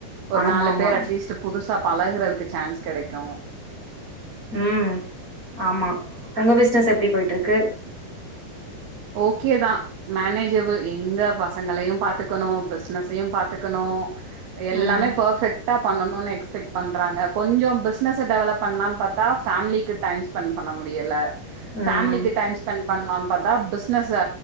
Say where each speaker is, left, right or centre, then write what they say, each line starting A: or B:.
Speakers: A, on the right; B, on the right.
A: ஒரு
B: ஆமா
A: நாலு
B: ஆமா
A: பேரு அட்லீஸ்ட் புதுசா பழகுறதுக்கு சான்ஸ் கெடைக்கு
B: ம் ஆமா உங்க பிசினஸ் எப்டி போயிட்டிருக்கு
A: ஓகே தா மேனேஜபிள் எங்க பசங்களையு பாத்துக்கணு பிசினஸையு பாத்துக்கணு எல்லாமே
B: ம்
A: பர்ஃபெக்ட் கரெக்டா பண்ணணுனு எக்ஸ்பெக்ட் பண்றாங்க கொஞ்சோ பிசினஸ்ல டெவலப் பண்ணலானு பாத்தா ஃபேமிலிக்கு டைம் ஸ்பெண்ட் பண்ண முடியல
B: ம்
A: ஃபேலிக்கு டைம் ஸ்பெண்ட் பண்லா பாத்தா பிசினஸ்ல